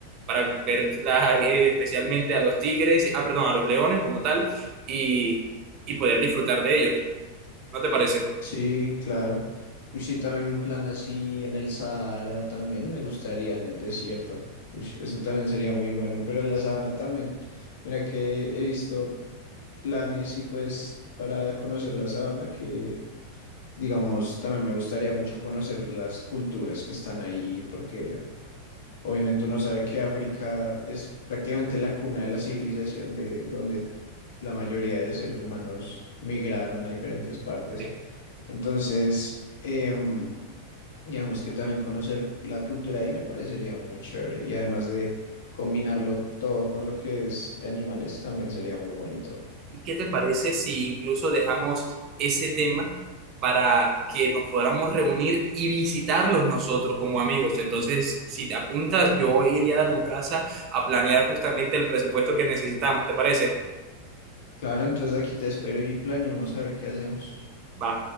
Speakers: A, on the right; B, on the left.
A: para ver la- eh, especialmente a los tigres, ah, perdón, a los leones como tal, y, y poder disfrutar de ellos. ¿No te parece?
B: Sí, claro. Uy, sí, también un plan así en el Sahara también me gustaría en el desierto. Uy, eso también sería muy bueno, pero en la sabana también. Mira que he visto planes y pues para conocer la sabana, que digamos, también me gustaría mucho conocer las culturas que están ahí, porque obviamente uno sabe que África es prácticamente la cuna de la civilización, de donde la mayoría de seres humanos migraron a diferentes partes.
A: Bien.
B: Entonces, em, digamos que también conocer la cultura ahí me parecería muy chévere y además de... Combinarlo todo con lo que es de animales también sería muy bonito.
A: ¿Y ¿Qué te parece si incluso dejamos ese tema para que nos podamos reunir y visitarlos nosotros como amigos? Entonces, si te apuntas, yo iría a tu casa a planear justamente el presupuesto que necesitamos, ¿te parece?
B: Claro, entonces aquí te espero y planeamos a ver qué hacemos.
A: Va.